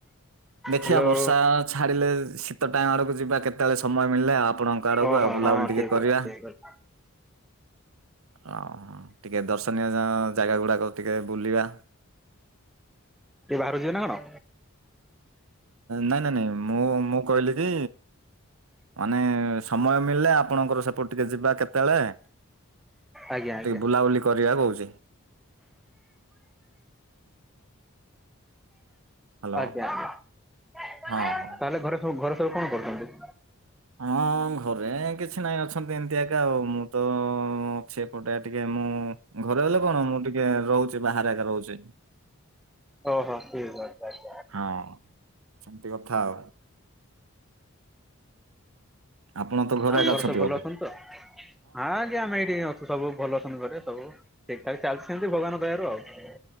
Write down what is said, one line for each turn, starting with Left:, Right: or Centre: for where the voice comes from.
Right: ଦେଖିବା
Centre: ହ୍ୟାଲୋ।
Right: ବର୍ଷା ଛାଡିଲେ ଶୀତ ଟାଇମ ଆଡକୁ ଯିବା କେତେବେଳେ ସମୟ ମିଳିଲେ ଆ ଆପଣଙ୍କ ଆଡ଼କୁ
Centre: ଓହୋ
Right: ଆଉ ବୁଲାବୁଲି
Centre: ହଁ
Right: ଟିକେ
Centre: ଠିକ
Right: କରିବା।
Centre: ଅଛି ଠିକ ଅଛି
Right: ଅ ହ ଟିକେ ଦର୍ଶନୀୟ ଜ ଜାଗା ଗୁଡ଼ାକ ଟିକେ ବୁଲିବା।
Centre: ଟିକେ ବାହାରୁ ଯିବେ ନା କଣ?
Right: ନାଇଁ ନାଇଁ ନାଇଁ ମୁଁ-ମୁଁ କହିଲି କି ମାନେ ସମୟ ମିଳିଲେ ଆ ପଣଙ୍କର ସେପଟ ଟିକେ ଯିବା କେତେବେଳେ
Centre: ଆଜ୍ଞା ଆଜ୍ଞା
Right: ଟିକେ ବୁଲାବୁଲି କରିବା କହୁଛି। ହ୍ୟାଲୋ
Centre: ଆଜ୍ଞା ତାହେଲେ
Right: ହଁ ହଁ
Centre: ଘରେ ସବୁ ଘରେ ସବୁ କଣ କରୁଛନ୍ତି?
Right: ହଁ ଘରେ କିଛି ନାଇଁ ଅଛ୍ ନ୍ତି ଏମିତି ଏକା ଆଉ ମୁଁ ତ ଅଛି ଏପଟେ ଟିକେ ମୁଁ ଘରେ ଗଲେ କଣ ମୁଁ ଟି କେ ରହୁଛି ବାହାରେ ଏକା ରହୁଛି।
Centre: ଓହୋ ଠିକ୍ ଅଛି।
Right: ହଁ ସେମିତି କଥା ଆଉ। ଆପଣ ତ ଘରେ
Centre: ଆଉ
Right: ଏକା
Centre: ଘର ସବୁ ଭଲ
Right: ବୋଧେ
Centre: ଅଛନ୍ତି ତ? ହଁ ଆଜ୍ଞା ଆମେ ଏଇଠି ଅଛୁ ସବୁ ଭଲ ସଙ୍ଗରେ ସବୁ ଠିକ୍ ଠାକ୍ ଚାଲିଚି ସେମିତି ଭଗବାନଙ୍କ ଦୟାରୁ ଆଉ।